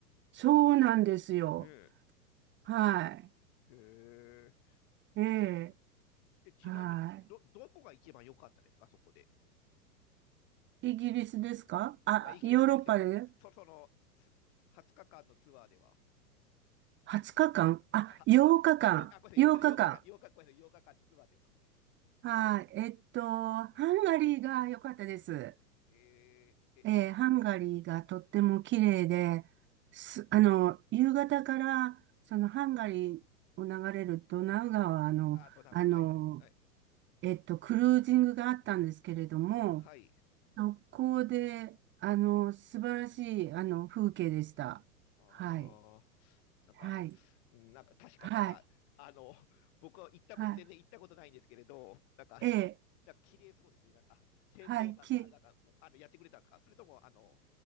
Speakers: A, on the right; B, on the left.
A: そうなんですよ。
B: ね
A: はい。
B: えへえ。
A: ええ。
B: で、ちなみに、
A: は
B: ど、どこが一番良かったですか、そこで。
A: い。イギリスですかあ、
B: いや、イギリスじゃなくて、
A: ヨーロッパで
B: そ、そ、その、つ20日間のツアーでは。
A: 20日間あ、
B: は、
A: 8日間。
B: は、あ、よ、あ、ごめんなさい、8日、
A: 8日間。
B: 8日間、8日、ごめんなさい、8日間のツアーでは。
A: はい。えっと、ハンガリーが良かったです。
B: えー、え、
A: えーハンガリーがとっても綺麗で、す、あの、夕方から、そのハンガリーを流れるドナウ川の、
B: うん。あ、ドナウ川、
A: あの、
B: はい、はい、はい。
A: えっと、クルージングがあったんですけれども、
B: はい。
A: そこで、あの、素晴らしい、あの、風景でした。
B: あ
A: はい。
B: ー、なんか、
A: はい。
B: うんなんか、確かになんか、
A: はい。
B: あの、僕は行ったこと、
A: はい。
B: 全然行ったことないんですけれど、なんか、
A: ええ。
B: なんか綺麗そうですね。なんか、船頭さんが、
A: はい。き、
B: なんか、もうあの、やってくれたんですかそれとも、あの、